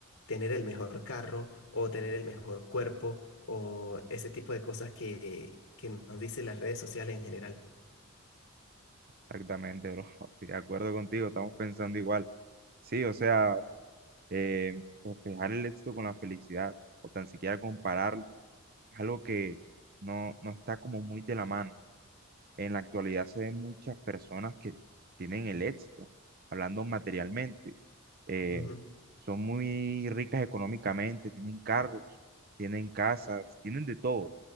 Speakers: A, on the left (about 80°); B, on the right (about 45°).
A: tener el mejor carro o tener el mejor cuerpo o ese tipo de cosas que, que nos dicen las redes sociales en general.
B: Exactamente, bro. <laughs> Estoy de acuerdo contigo, estamos pensando igual. Sí, o sea, eh, reflejar el éxito con la felicidad o tan siquiera compararlo es algo que no, no está como muy de la mano. En la actualidad se ven muchas personas que tienen el éxito, hablando materialmente. eh,
A: Ujú,
B: son muy ricas económicamente, tienen carros, tienen casas, tienen de todo.